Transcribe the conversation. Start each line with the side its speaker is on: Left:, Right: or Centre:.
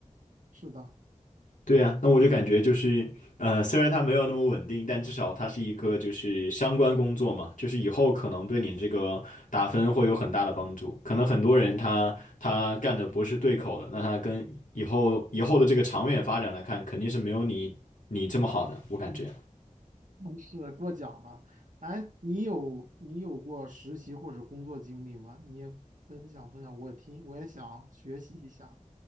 Right: 是的。
Left: 对呀，那我就感觉就是，呃，虽然它没有那么稳定，但至少它是一个就是相关工作嘛，就是以后可能对你这个打分会有很大的帮助。可能很多人他他干的不是对口的，那他跟以后以后的这个长远发展来看，肯定是没有你你这么好的，我感觉。
Right: 是过奖了。哎，你有你有过实习或者工作经历吗？你也分享分享，我也听我也想学习一下。